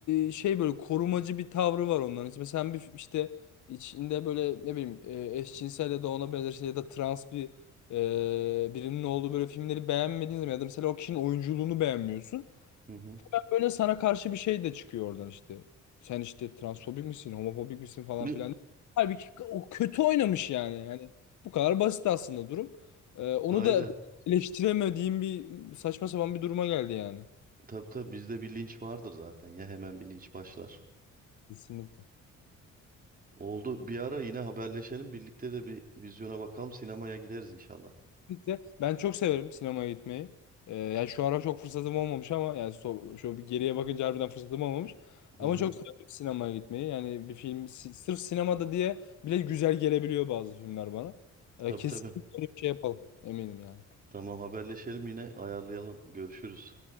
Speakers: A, on the left; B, on the right.
A: e, şey böyle korumacı bir tavrı var onların. İşte Mesela bir işte içinde böyle ne bileyim e, eşcinsel ya da ona benzer şey ya da trans bir e, birinin olduğu böyle filmleri beğenmediğin zaman ya da mesela o kişinin oyunculuğunu beğenmiyorsun.
B: Hı hı.
A: Böyle sana karşı bir şey de çıkıyor oradan işte. Sen işte transfobik misin, homofobik misin falan
B: Ü,
A: filan. Halbuki k- o kötü oynamış yani. Yani bu kadar basit aslında durum. Ee, onu
B: Aynen.
A: da eleştiremediğim bir saçma sapan bir duruma geldi yani.
B: Tabii tabii bizde bir linç vardır zaten ya hemen bir linç başlar.
A: Kesinlikle.
B: Oldu. Bir ara yine haberleşelim. Birlikte de bir vizyona bakalım. Sinemaya gideriz inşallah.
A: Kesinlikle. Ben çok severim sinemaya gitmeyi. Ee, yani şu ara çok fırsatım olmamış ama yani so- şu bir geriye bakınca harbiden fırsatım olmamış.
B: Hı
A: Ama
B: hı.
A: çok severim sinemaya gitmeyi. Yani bir film si- sırf sinemada diye bile güzel gelebiliyor bazı filmler bana. Ee,
B: Tabii
A: kesinlikle
B: tabii.
A: öyle bir şey yapalım. Eminim yani.
B: Tamam haberleşelim yine ayarlayalım. Görüşürüz.